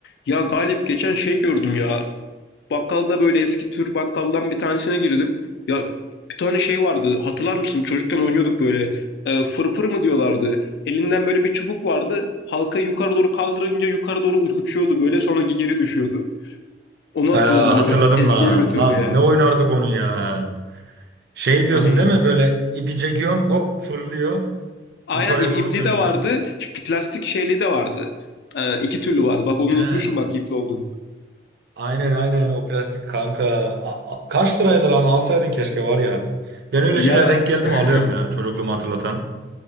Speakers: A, on the left; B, on the right.
A: Ya Galip geçen şey gördüm ya. Bakkalda böyle eski tür bakkaldan bir tanesine girdim. Ya bir tane şey vardı. Hatırlar mısın? Çocukken oynuyorduk böyle. Ee, fırfır mı diyorlardı. Elinden böyle bir çubuk vardı. Halka yukarı doğru kaldırınca yukarı doğru u- uçuyordu böyle. Sonra geri düşüyordu. Onu hatırladım
B: Aa, hatırladım
A: böyle. Eskiye
B: lan.
A: götürdü
B: Lan
A: ya.
B: ne oynardık onu ya. Şey diyorsun
A: Aynen.
B: değil mi? Böyle ipi çekiyorsun hop fırlıyor.
A: Aynen
B: Yukarıya
A: ip,
B: doğru
A: ipli
B: dönüyor.
A: de vardı. Ş- Plastik şeyli de vardı. Ee, iki türlü vardı. Bak onu
B: He.
A: unutmuşum
B: A-
A: bak ipli olduğunu.
B: Aynen aynen o plastik kanka. A- a- kaç liraydı lan? Alsaydın keşke var ya. Ben öyle
A: Ya
B: şeyler denk geldim
A: <laughs>
B: alıyorum ya. Çocukluğumu hatırlatan.